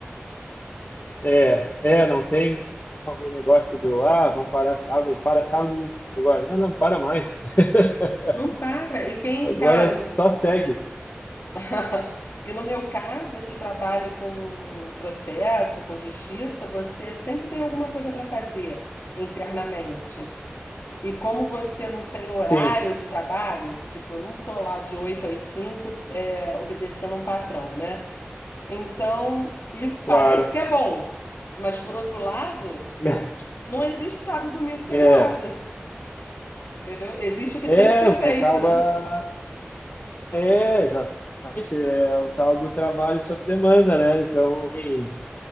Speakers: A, on the left; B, on the left.
A: É, é, não tem aquele negócio do, ah, vamos parar sábado, para sábado agora. Não, não, para mais. <laughs>
B: Não para. E quem,
A: Agora
B: cara,
A: só
B: no-
A: segue.
B: <laughs> e no meu caso, que trabalho com processo, com justiça, você sempre tem alguma coisa para fazer internamente. E como você não tem horário
A: Sim,
B: de trabalho, tipo, eu não tô lá de 8 às cinco é, obedecendo um patrão, né? Então, isso
A: claro.
B: parece que é bom. Mas, por outro lado,
A: <laughs>
B: não existe sábado, domingo, feriado,
A: É,
B: entendeu? Existe o
A: é,
B: que tem que ser feito,
A: acaba.
B: né?
A: É, exatamente. É o tal do trabalho sob demanda, né? Então, assim,